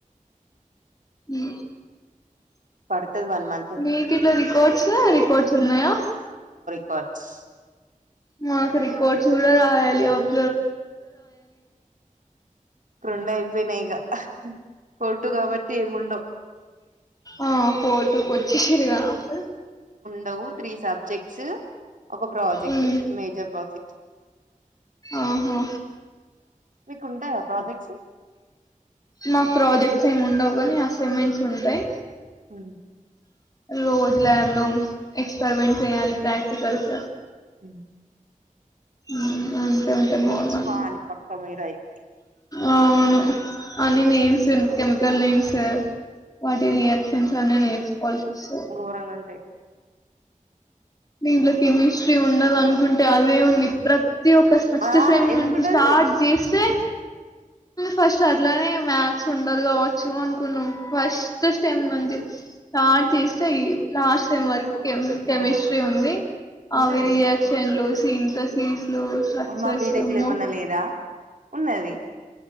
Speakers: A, on the left (about 25°); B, on the right (about 70°).
A: అ
B: పడుతది వన్ మంత్
A: మీకు ఇట్లా రికార్డ్స్ రికార్డ్స్ ఉన్నాయా
B: కాడ్స్
A: మాకు రికార్డ్స్ కూడా రాయాలి అబ్
B: ప్రోన్ని అయిపోయినై ఇగ ఫోటు కాబట్టి ఏమిండవు
A: ఆ ఫోటు వచేసిర్గా ఆపు
B: డవు త్రీ సబ్జెక్ట్స్ ఒక ప్రాజెక్ట్
A: ఉమ్
B: మేజర్ ప్రాజెక్ట్
A: ఆహా
B: మీకుంటాయా ప్రాజెక్ట్ చు
A: మాకు ప్రాజెక్ట్స్ ఏమి ఉండవు కని అసైన్మెంట్స్ ఉంటాయి
B: అ
A: రోజు ల్యాబ్ లో ఎక్స్పరిమెంట్ చేయాలి ప్రాక్టికల్స్
B: ఉ
A: ఆ అవును ఉంటే ఉంటే నోర్వాన్
B: నేర్చుకోవాలి పక్క మీరు అయి
A: అవును అని నేను సిల్వు కెమికల్ నేమ్స్ వాటి రియాక్షన్స్ అని నేర్చు కాల్శిశు
B: ఘోరంగా ఉంటాయి
A: దీంట్లో కెమిస్ట్రీ ఉండదు అనుకుంటే అదే ఉంది ప్రతి ఒక్క ఫస్ట్
B: ఆ
A: సేమ్
B: ఎందుకుండదు
A: నుంచి స్టార్ట్ చేస్తే ఫస్ట్ అట్లానే మ్యాథ్స్ ఉండదు కావచ్చు అనుకున్నాం ఫస్ట్ సేమ్ నుంచి స్టార్ట్ చేస్తేయి లాస్ట్ సేమ్ వరకు కేమ్ కెమిస్ట్రీ
B: ఆ
A: తే ఉంది
B: ఉంటది
A: అవి రియాక్షన్ లో సింథసిస్ లు స్ట్రక్చర్స్
B: మా బీటెక్
A: వామ్మో
B: లో ఏమన్నా లేదా ఉన్నది